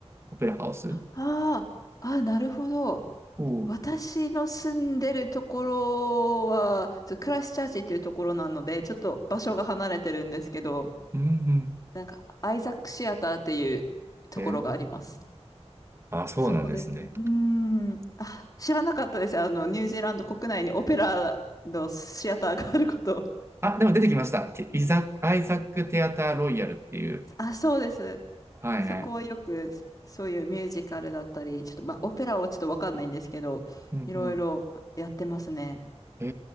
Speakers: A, on the right (about 25°); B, on the left (about 30°).
A: オペラハウス。
B: あー、あー、なるほど。
A: おー
B: 私の住んでるところは、ちょっとクライストチャーチっていうところなので、ちょっと場所が離れてるんですけど、
A: うんうん。
B: なんか、アイザックシアターっていうところがあります。
A: えーあ、そうなんですね。
B: そこで、うーん。あ、知らなかったです。あの、ニュージーランド国内にオペラのシアターがあること。
A: あ、でも出てきました。テイザ、アイザック・テアター・ロイヤルっていう。
B: <laughs> あ、そうです。
A: はいはい。
B: そこはよく、そそういうミュージカルだったり、ちょっと、まあ、オペラはちょっとわかんないんですけど、
A: うんうん。
B: いろいろやってますね。
A: へ